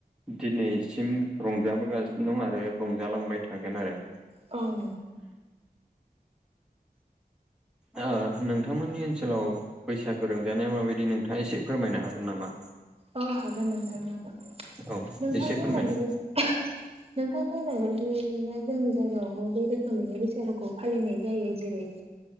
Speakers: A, in the centre; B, on the right (about 35°).
A: दिनै सिम रंजाबोगासिनो दं आरो रंजालांबाय थागोन आरो।
B: औ
A: ओ नोंथांमोननि ओनसोलाव बैसागो रंजानाया माबायदि नोंथाङा एसे फोरमायनो हागोन नामा?
B: अ हागोन नोंथां हागोन
A: औ
B: नोंथां
A: एसे
B: बुंनाय
A: फोरमायनाय
B: नोंथां बुंनाय बा दियैनो जोंनि जायगायावबो बे रोखोमैनो बैसागुखौ फालिनाय जायो जेरै